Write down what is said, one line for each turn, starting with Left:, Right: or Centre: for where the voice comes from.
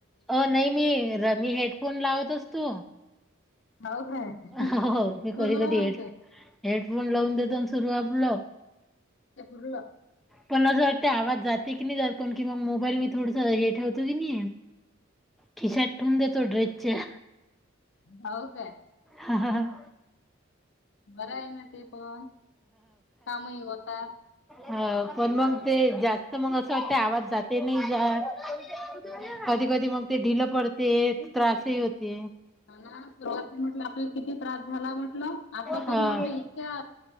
Centre: अ नाही मी र मी हेडफोन लावत असतो.
Left: हाव काय
Centre: हो मी
Left: पुरलं
Centre: कधी कधी
Left: मग
Centre: हे
Left: ते
Centre: हेडफोन लावून देतो सुरू आपलं
Left: ते पुरलं
Centre: पण असं वाटत आवाज जाते की नाही जात कावुन की मग. मोबाईल मी थोडस हे ठेवतो की नाही खिशात ठेवून देतो ड्रेसच्या.
Left: हाव काय
Centre: हा हा ह.
Left: बरं आहे ना ते पण कामही होतात.
Centre: ह पण मग ते जास्त मग असं वाटते आवाज जाते नाही जात.
Left: हम्म
Centre: कधी कधी मग ते ढिलं पडते त्रासही होते.
Left: हो ना सुरुवाती म्हटलं आपल्या किती त्रास झाला म्हटल आता
Centre: हा
Left: तरी म्हटलं इतक्या